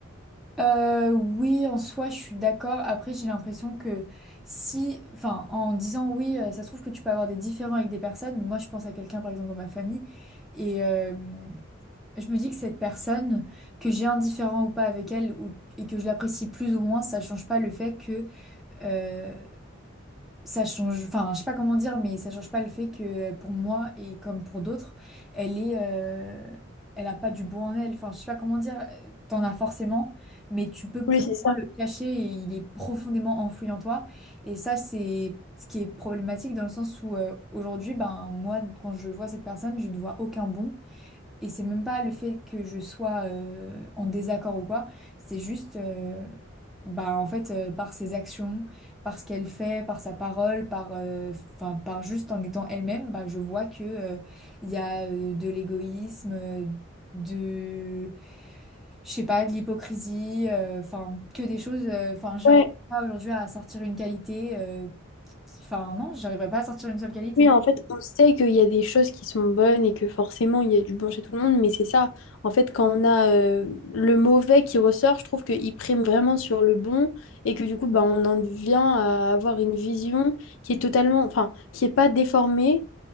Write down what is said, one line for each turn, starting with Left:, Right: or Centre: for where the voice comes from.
Centre: Euh, oui, en soi, je suis d'accord. Après, j'ai l'impression que si, enfin, en disant oui, euh, ça se trouve que tu peux avoir des différends avec des personnes. Moi, je pense à quelqu'un, par exemple, dans ma famille, et, euh, Je me dis que cette personne, que j'ai un différend ou pas avec elle, ou, et que je l'apprécie plus ou moins, ça change pas le fait que euh, ça change. Enfin, je sais pas comment dire, mais ça change pas le fait que euh, pour moi et comme pour d'autres, elle est, euh, elle a pas du beau en elle. Enfin, je sais pas comment dire. euh, T'en as forcément, mais tu peux
Left: Oui,
Centre: plus
Left: c'est
Centre: ou
Left: ça.
Centre: moins le cacher et il est profondément enfoui en toi. Et ça, c'est ce qui est problématique dans le sens où euh, aujourd'hui, ben moi, quand je vois cette personne, je ne vois aucun bon. Et c'est même pas le fait que je sois euh, en désaccord ou quoi, c'est juste, euh, bah en fait, euh, par ses actions, par ce qu'elle fait, par sa parole, par, euh, 'fin, par juste en étant elle-même, bah je vois que euh, il y a euh, de l'égoïsme, euh, de, je sais pas, de l'hypocrisie, euh, enfin que des choses, euh, enfin j'arrive
Left: Ouais.
Centre: pas aujourd'hui à sortir une qualité, euh, enfin non, j'arriverai pas à sortir une seule qualité.
Left: Oui, en fait, On sait qu'il y a des choses qui sont bonnes et que forcément, il y a du bon chez tout le monde, mais c'est ça. En fait, quand on a euh, le mauvais qui ressort, je trouve qu'il prime vraiment sur le bon et que du coup, bah, on en vient à avoir une vision qui est totalement, enfin, qui est pas déformée,